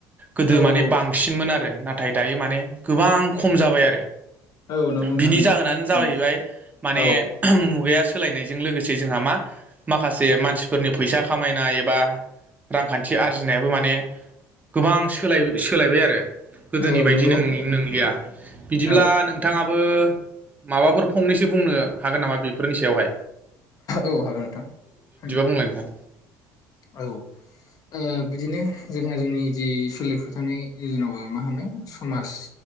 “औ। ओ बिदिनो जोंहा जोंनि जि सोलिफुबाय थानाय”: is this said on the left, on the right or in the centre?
Left